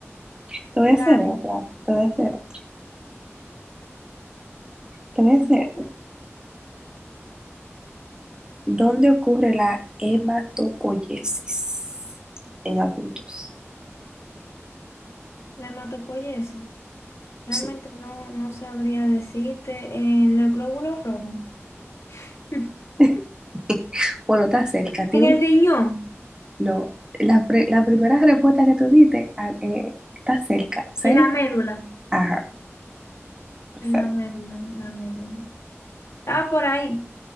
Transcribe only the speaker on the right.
te voy a hacer
otra, te voy a hacer otra, te voy a hacer
¿Dónde ocurre la hematopoiesis en adultos?
Sí.
<laughs> Bueno, está cerca. Tiene
un-
No, la, pre- la primera respuesta que tú diste ah, eh, está cerca. ¿Cel?
Ajá. exacto.